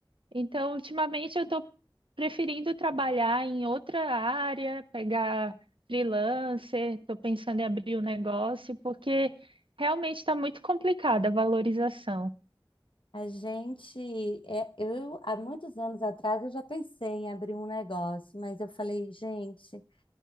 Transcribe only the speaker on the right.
Então, ultimamente eu estou preferindo trabalhar em outra área, pegar freelancer, estou pensando em abrir um negócio, porque realmente está muito complicada a valorização.